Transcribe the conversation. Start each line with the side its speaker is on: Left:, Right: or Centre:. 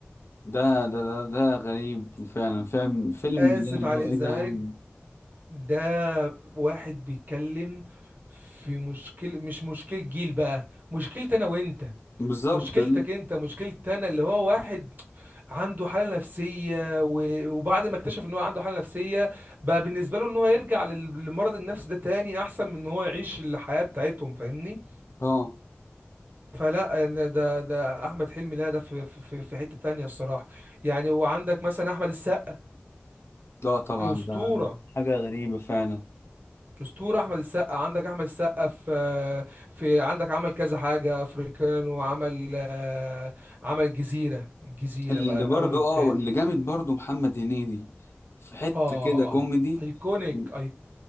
Left: ده ده ده ده غريب فعلا فيلم فيلم
Right: اسف
Left: ده اللي
Right: على
Left: هو
Right: الازعاج
Left: ايه ده يا عم؟
Right: ده واحد بيتكلم في مشكلة مش مشكلة جيل بقى مشكلة انا وانت
Left: بالظبط
Right: مشكلتك
Left: ال-
Right: انت مشكلتي انا اللي هو واحد عنده حالة نفسية و- وبعد ما اكتشف ان هو عنده حالة نفسية بقى بالنسبة له ان هو يرجع لل- للمرض النفسي ده تاني احسن من ان هو يعيش الحياة بتاعتهم فاهمني
Left: اه
Right: فلا أنا ده ده احمد حلمي لا ده في في في في حتة تانية الصراحة يعني وعندك مثلا احمد السقا
Left: لا طبعا
Right: اسطورة
Left: ده حاجة غريبة فعلا
Right: اسطورة احمد السقا عندك احمد السقا في في عندك عمل كذا حاجة افريكان وعمل آه، عمل الجزيرة الجزيرة
Left: اللي
Right: بقى الاول
Left: برضو
Right: والتاني
Left: اه اللي جامد برضو محمد هنيدي في حتة
Right: اه
Left: كده كوميدي
Right: ايكونيك
Left: و-